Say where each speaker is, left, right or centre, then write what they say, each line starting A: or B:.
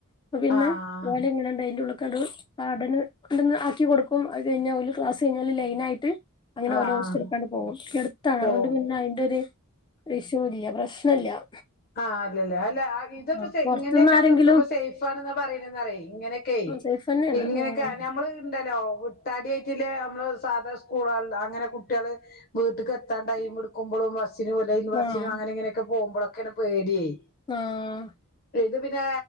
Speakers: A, on the left; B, on the left.
A: അപ്പപിന്നെ
B: ആഹ്
A: ഓലെ എങ്ങനെണ്ട് അയിന്റെ ഉള്ളക്കെടന്ന് വാർഡന് കൊണ്ടന്ന് ആക്കി കൊടുക്കും അത് കഴിഞ്ഞാല് ക്ലസ് കഴിഞ്ഞാല് ലൈൻ ആയിട്ട് അങ്ങനെ
B: ആഹ്
A: ഓരെ ഹോസ്റ്റലക്കാണ് ഹോസ്റ്റലടുത്താണ്
B: പോവും
A: അതൊണ്ട് പിന്നെ- ഒരു വിഷയവും ഇല്ല പ്രശ്നല്ല-
B: ആഹ് അല്ല അല്ല ഇതൊക്കെ
A: ആഹ് പൊറത്ത്ന്ന്
B: ഇങ്ങനെയൊക്കെ
A: ആരെങ്കിലും
B: നിർത്തുമ്പോ സേഫാണെന്ന് പറയണന്ന് പറയ് ഇങ്ങനെക്കെ-
A: സേഫന്നെയാണ്
B: ഇങ്ങനെയൊക്കെ
A: ഉം
B: ഞമ്മള് ഇണ്ടല്ലോ <unintelligible> എയ്റ്റില് നമ്മള് സാധാ സ്കൂളാണല്ലൊ അങ്ങനെ കുട്ടികള്- വീട്ട് ക്ക് എത്താൻ ടൈം എടുക്കുമ്പളും മനസ്സിന് - ലൈ ബസിനോ
A: ആഹ്
B: അങ്ങനെയിങ്ങെനൊക്കെ പോക്മ്പളൊക്കെ പേടിയായി
A: ആഹ്
B: ഇത് പിന്നെ